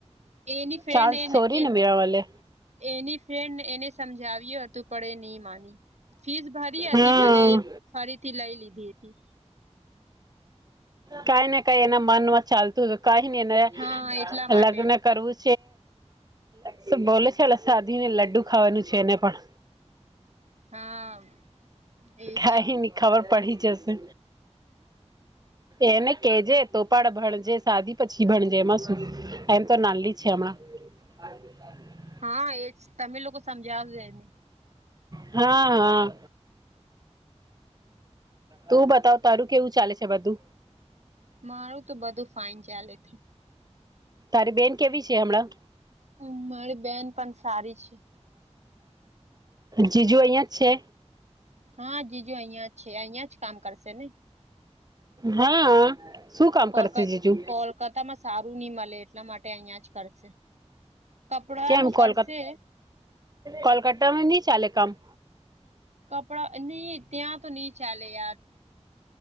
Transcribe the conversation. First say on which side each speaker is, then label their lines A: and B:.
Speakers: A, on the right (about 75°); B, on the right (about 35°).
A: એની ફ્રેન્ડ
B: ચાસ સોરી
A: એ
B: ને બેવલે
A: એની ફ્રેન્ડ એને સમજાવ્યુ હતું પડે નહી માની ફીસ ભરી હતી
B: હા
A: પણ ફરીથી લઈ લીધી હતી
B: કઈ નાને કઈ એના મનમાં ચાલતું હત કઈ ને એના
A: હા એટલા માટે
B: લગ્ન કરવું છે બોલે છે સાધીને લડ્ડુ ખાવાનું છે એને પણ
A: હા એજ
B: ખાઈની ખબર પડી જશે એને કેજે તોપાડ ભણજે સાદી પછી ભણજે એમાં સુ એમ તો નાનલી જ છે હમણાં <unintelligible>
A: હા એજ તમે લોકો સમજાવ જાવ જે એને
B: હા હા તું બતાવ તારું કેવું ચાલે છે બધું.
A: મારું તો બધું ફાઇન ચાલે છે.
B: તારી બેન કેવી છે હમણાં
A: હ મારી બેન પણ સારી છે.
B: જીજુ અહિયાં જ છે.
A: હા જીજુ અહિયાં જ છે અહિયાં જ કામ કરશે ને
B: હા શું કામ
A: કોલ
B: કરશે જીજુ
A: કોલકાતામાં સારું નહી મળે એટલા માટે અહિયાં જ કરશે કપડા
B: કેમ
A: નું કરશે
B: કોલકા કોલકાતામાં નઈ ચાલે કામ
A: કપડા નહી ત્યાં તો નહી ચાલે યાર